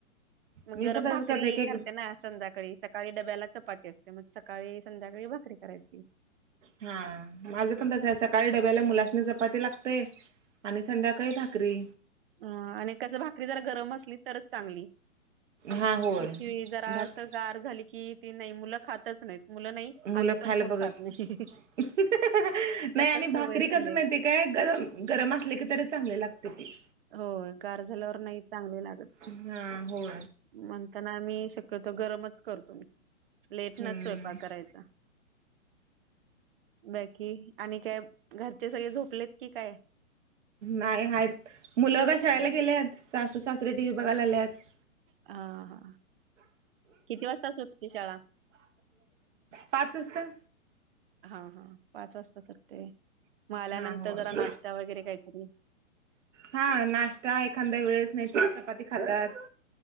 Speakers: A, on the right; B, on the right.
A: मग
B: मी
A: गरम
B: पण तसंच
A: भाकरी
B: की
A: करते ना संध्याका ळी सकाळी डब्याला चपाती असते मग सकाळी संध्याकाळी भाकरी करायची
B: हा माझं पण तसं सकाळी डब्याला मुलासना जपाती लागतेय आणि संध्याकाळी भाकरी
A: ह आणि कस भाकरी जर गरम असली तरच चांगली
B: हा होय
A: कि शि जरा
B: भाक
A: अस गार झाली कि ती नाही मुलं खातच नाही मुलं नाही
B: मुलं
A: आम्ही पण
B: खायला
A: कोण
B: बघत
A: खात नाही ते
B: नाही
A: आता
B: आणि
A: सवय
B: भाकरी
A: झाली
B: कस माहिती
A: आहे.
B: काय गरम गरम असले की तरी चांगले लागते तेी
A: हो गार झाल्यावर नाही चांगले लागत
B: हा हो
A: म्हणताना आम्ही शक्यतो गरमच करतो म लेट
B: हम्म
A: नाच स्वयंपाक करायचा बैकी आणि काय घरचे सगळे झोपलेत की काय
B: नाही आहेत मुलं काय
A: हा
B: शाळेला गेले आहेत सासू सासरे टी व्ही बघायला आले आहेत
A: हा हा किती वाजता सुटते शाळा
B: पाच वाजता
A: हा हा पाच वाजता सुरते मग आल्यानंतर
B: हा होय
A: जरा नाश्ता वगैरे काहीतरी
B: हा नाश्ता एखाद्या वेळेस नाही त चपाती खातात